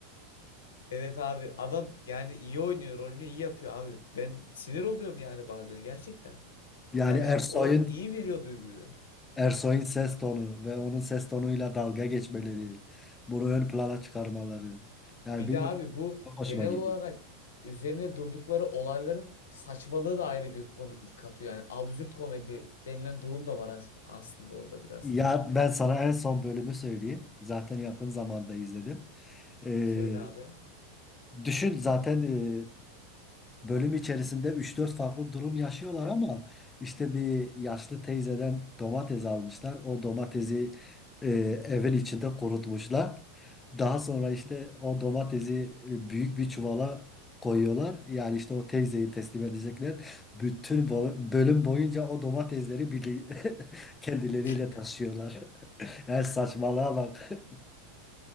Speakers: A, on the left; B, on the left.
A: Evet abi adam yani iyi oynuyor rolünü iyi yapıyor abi. Ben sinir oluyorum yani bazen gerçekten.
B: Yani
A: Yani
B: Ersoy'un
A: o iyi veriyor duyguyu.
B: Ersoy'un ses tonu ve onun ses tonuyla dalga geçmeleri, bunu ön plana çıkarmaları. Yani
A: Bir
B: bilmiyorum
A: de abi bu
B: çok hoşuma
A: genel
B: gidiyor.
A: olarak üzerine durdukları olayların saçmalığı da ayrı bir komiklik katıyor. Yani absürt komedi denilen durum da var as- aslında orada biraz.
B: Ya ben sana en son bölümü söyleyeyim. Zaten yakın zamanda izledim. Ee,
A: Söyle abi.
B: düşün zaten e, bölüm içerisinde üç dört farklı durum yaşıyorlar ama işte bir yaşlı teyzeden domates almışlar. O domatesi e, evin içinde kurutmuşlar. Daha sonra işte o domatesi e, büyük bir çuvala koyuyorlar. Yani işte o teyzeyi teslim edecekler. Bütün
A: Hı hı.
B: bo- bölüm boyunca o domatesleri birli <laughs> kendileriyle
A: <laughs>
B: taşıyorlar. <laughs> Yani saçmalığa bak. <laughs>